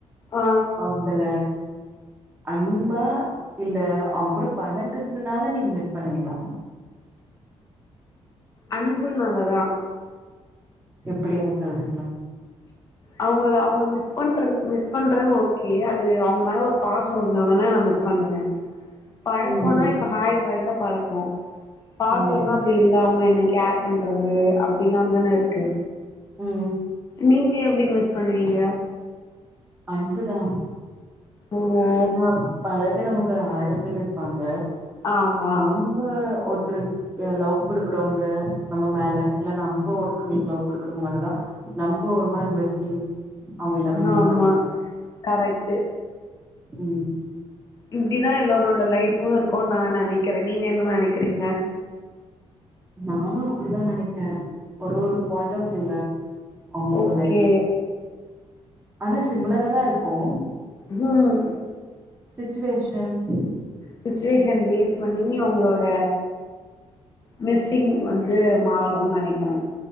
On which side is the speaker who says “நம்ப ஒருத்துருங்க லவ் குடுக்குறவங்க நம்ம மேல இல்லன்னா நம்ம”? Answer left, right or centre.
Right